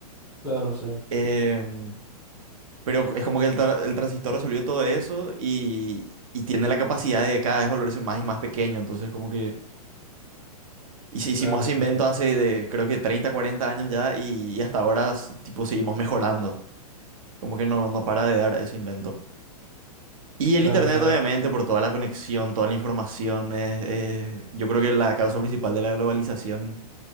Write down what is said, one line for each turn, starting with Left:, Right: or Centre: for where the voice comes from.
Centre: claro, sí.
Right: Em, pero es como que el, tra- el transistor resolvió todo eso y, y tiene la capacidad de cada vez volverse más y más pequeño, entonces como que... Y si hicimos
Centre: Claro,
Right: ese
Centre: claro.
Right: invento hace de, creo que 30 40 años ya y, y hasta ahora s- tipo seguimos mejorando. Como que no, no para de dar ese invento. Y el
Centre: Claro,
Right: internet
Centre: claro.
Right: obviamente por toda la conexión, toda la información, es- es- yo creo que la causa principal de la globalización